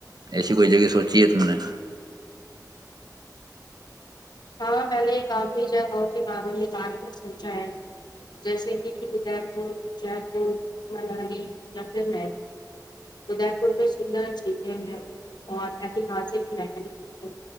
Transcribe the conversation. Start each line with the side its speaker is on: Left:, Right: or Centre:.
Right: ایسی کوئی جگہ سوچے تھا نے <inaudible>
Left: ہاں میں نے کافی جگہوں کے بار کے بارے میں سوچا ہے جیسے کہ ادے پور جے پور ملالی یا پھر ادے پور میں سندر جیلیں ہیں اور ایتہاسک محل ہے